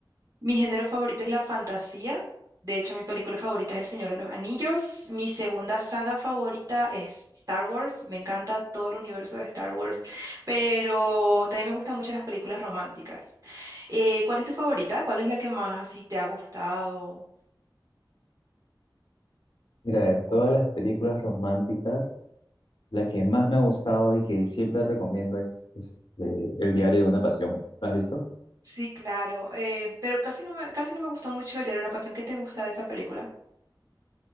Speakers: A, on the right; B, on the left.
A: Mi género favorito es la fantasía. De hecho, mi película favorita es El Señor de los Anillos. Mi segunda saga favorita es Star Wars. Me encanta todo el universo de Star Wars, pero también me gustan mucho las películas románticas. Eh, ¿cuál es tu favorita? ¿Cuál es la que más así te ha gustado?
B: Mira, de todas las películas románticas, la que más me ha gustado y que siempre recomiendo es, este, El diario de una pasión. ¿La has visto?
A: Sí, claro. eh, pero casi no me, casi no me gustó mucho el diario de una pasión. ¿Qué te gusta de esa película?